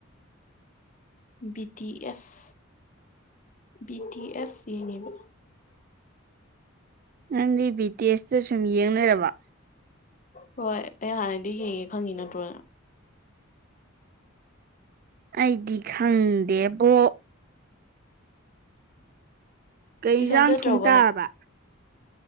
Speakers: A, on the left; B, on the right.
A: B T S B T S ꯌꯦꯡꯉꯤꯕ
B: ꯅꯪꯗꯤ ꯕꯤ ꯇꯤ ꯑꯦꯁꯇ ꯁꯨꯝ ꯌꯦꯡ ꯂꯩꯔꯕ
A: ꯍꯣꯏ ꯑꯩ ꯍꯥꯟꯅꯗꯤ ꯌꯦꯡꯉꯦ ꯈꯪꯉꯤ ꯅꯠꯇ꯭ꯔꯣ ꯅꯪ
B: ꯑꯩꯗꯤ ꯈꯪꯗꯦꯕꯣ ꯀꯩ
A: ꯇꯨꯏꯁꯟ
B: ꯏꯟꯖꯥꯡ
A: ꯆꯠꯇ꯭ꯔꯕꯣ
B: ꯊꯣꯡ ꯇꯥꯔꯕ
A: ꯅꯪ